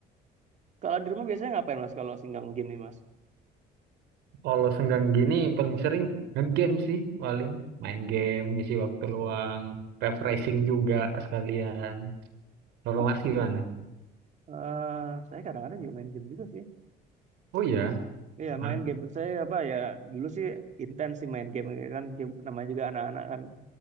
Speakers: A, on the right; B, on the right.
A: kalau di rumah biasanya ngapain mas kalau singgang game nih mas?
B: Kalau senggang gini paling sering ngegame sih, paling main game, ngisi waktu luang, refreshing juga sekalian. Kalau
A: Oh,
B: Mas gimana?
A: eh saya kadang-kadang juga main game juga sih.
B: Oh ya,
A: Iya
B: Hah?
A: main game. Saya apa ya dulu sih intens sih main game Ya kan game- namanya juga anak-anak kan